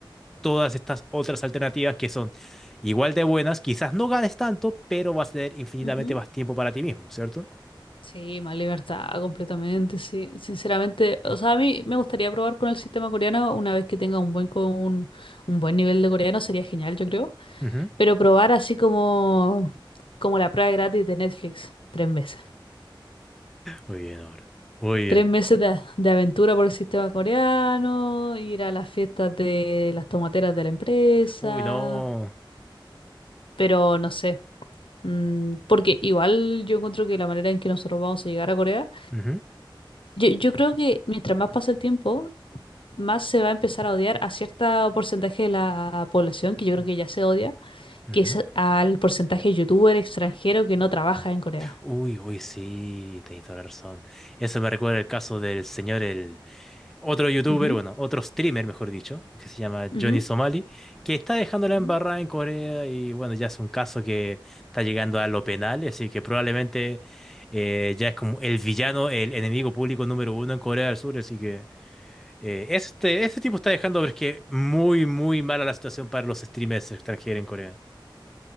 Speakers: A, in the centre; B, on the left (about 80°).
A: todas estas otras alternativas que son igual de buenas, quizás no ganes tanto, pero vas a tener infinitamente
B: Ujú.
A: más tiempo para ti mismo, ¿cierto?
B: Sí, más libertad, completamente, sí. Sinceramente, o sea, a mí me gustaría probar con el sistema coreano una vez que tenga un buen, co- un, un buen nivel de coreano, sería genial, yo creo.
A: Ujú.
B: Pero probar así como, como la prueba gratis de Netflix, tres meses.
A: Muy bien ahora, muy bien.
B: Tres meses de, de aventura por el sistema coreano, ir a las fiestas de las tomateras de la empresa,
A: Uy, no.
B: Pero no sé. Mm, Porque igual yo encuentro que la manera en que nosotros vamos a llegar a Corea,
A: Ujú,
B: yo, yo creo que mientras más pasa el tiempo, más se va a empezar a odiar a cierto porcentaje de la población, que yo creo que ya se odia,
A: ujú.
B: que es al porcentaje de youtuber extranjero que no trabaja en Corea.
A: Uy, uy, sí, tenéis toda la razón. Eso me recuerda el caso del señor, el otro youtuber,
B: Ujú,
A: bueno, otro streamer, mejor dicho, que se llama
B: ujú.
A: Johnny Somali, que está dejando
B: ujú.
A: la embarrada en Corea y bueno, ya es un caso que está llegando a lo penal, así que probablemente eh, ya es como el villano, el enemigo público número uno en Corea del Sur, así que eh, este, este tipo está dejando, pero es que muy, muy mala la situación para los streamers extranjeros en Corea.